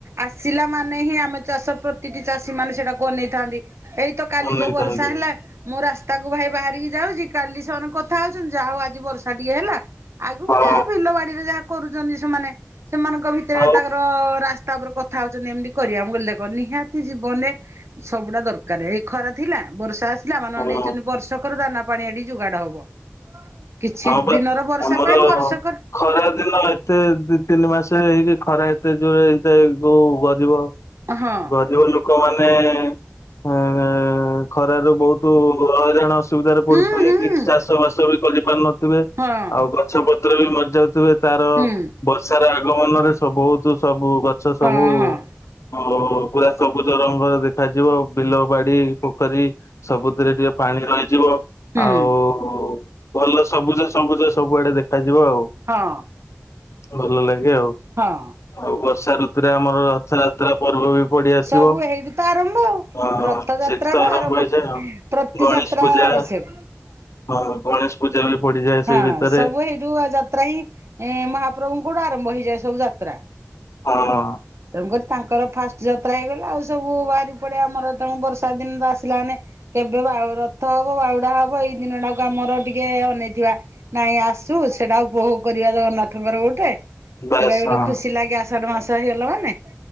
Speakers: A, on the right; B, on the left.
A: ଆସିଲା ମାନେ ହିଁ ଆମ ଚାଷ ପ୍ରତିଟି ଚାଷୀ ମାନେ ସେଇଟାକୁ ଅନେଇଥାନ୍ତି। ଏଇ ତ କାଲି
B: ଅନେଇଥାନ୍ତି।
A: ଯୋଉ ବରଷା ହେଲା ମୁଁ ରାସ୍ତାକୁ ଭାଇ ବାହାରିକି ଯାଉଚି କାଲି ସେମାନେ କ ଥା ହଉଚନ୍ତି ଯା ହଉ ଆଜି ବର୍ଷା ଟିକେ ହେଲା ଆଗକୁ
B: ହଁ
A: ଯାହା ବିଲ ବାଡିରେ ଯାହା କରୁଚନ୍ତି ସେମାନେ ସେମାନଙ୍କ ଭିତରେ
B: ଆଉ
A: ତାଙ୍କର ରାସ୍ତା ଉପରେ କଥା ହଉଚନ୍ତି ଏମିତି କରିବା, ମୁଁ କଇଲି ଦେଖ ନିହାତି ଜୀବନ୍ ରେ ସବୁଡା ଦରକାର୍ ଏଇ ଖରା ଥିଲା ବର୍ଷା ଆସ ପିଲାମାନ
B: ହଁ
A: ନେଇଚନ୍ତି ବର୍ଷକର ଦାନା ପାଣି ଏଠି ଯୁଗାଡ୍ ହବ। କିଛି
B: ହଁ ବା
A: ଦିନର ବର୍ଷା
B: ଆମର
A: ପାଇଁ ବର୍ଷକର
B: ଖରା ଦିନ ଏତେ ଦି ତିନି ମାସେ ହେଇକି ଖରା ଏତେ ଜୋରେ ହେଇଥାଏ ଗୋଉ ଗରିବ।
A: ହଁ
B: ଗରିବ ଲୋକମାନେ ଏଁ ଖରାରୁ ବହୁତୁ ହଇରାଣ ଅସୁବିଧାରେ
A: ହୁଁ
B: ପଡୁଥିବ
A: ହୁଁ।
B: କି ଚାଷ ବାସ ବି କରିପାରୁନ <unintelligible>
A: ହଁ
B: ଆଉ ଗଛ ପତ୍ର ବି ମରିଯାଉଥିବେ ତାର
A: ହୁଁ
B: ବର୍ଷାର ଆଗମନରେ ସବୁ ବହୁତୁ ସବୁ ଗଛ ସବୁ
A: ହଁ ହଁ
B: ଓ ପୁରା ସବୁଜ ରଗଂର ଦେଖାଯିବ ବିଲ ବାଡି ପୋଖରୀ ସବୁଥିରେ ଟିକେ ପାଣି ରହିଯିବ
A: ହୁଁ
B: ଆଉ ଭଲ ସବୁଜ ସବୁଜ ସବୁଆଡେ ଦେଖାଯିବ ଆଉ।
A: ହଁ।
B: ଭଲ ଲାଗେ ଆଉ।
A: ହଁ।
B: ଆଉ ବର୍ଷା ଋତୁରେ ଆମର ରଥଯାତ୍ରା ପର୍ବ ବି ପଡି ଆସିବ
A: ସବୁ ହେଇଠୁ ତ ଆରମ୍ଭ ଆଉ
B: ଅ
A: ରଥଯାତ୍ରାଠୁ
B: ସେଠ ତ ଆରମ୍ଭ ହେଇଯାଏ ଆଉ
A: ପ୍ରତି
B: ଗଣେଶ
A: ଯାତ୍ରା
B: ପୂଜା
A: ଆବଶ୍ୟକ
B: ହଁ ଗଣେଶ ପୂଜା ବି ପଡିଯାଏ।
A: ହଁ
B: ସେଇ ଭିତରେ
A: ସବୁ ଏଇଠୁ ଆ ଯାତ୍ରା ହିଁ ମହାପ୍ରଭୁ ଙ୍କୁଠୁ ଆରମ୍ଭ ହେଇଯାଏ ସବୁ ଯାତ୍ରା।
B: ହଁ।
A: ତେଣୁକରି ତାଙ୍କର ଫାଷ୍ଟ ଯାତ୍ରା ହେଇଗଲା। ଆଉ ସବୁ ବାହାରି ପଡି ଆମର ତେଣୁ ବର୍ଷା ଦିନ ତ ଆସିଲା ମାନେ କେବେ ବାଉ ରଥ ହବ ବାହୁଡା ହବ ଏଇ ଦିନଟାକୁ ଆମର ଟିକେ ଅନେଇ ଥିବା ନାଇଁ ଆସୁ ସେଟା ଉପଭୋଗ କରିବା ଜଗନ୍ନାଥଙ୍କର ଗୋଟେ
B: ବାସ୍
A: ସେଟା ଗୋଟେ
B: ହଁ
A: ଖୁସି ଲାଗେ ଆଷାଢ ମାସ ହେଇଗଲା ମାନେ।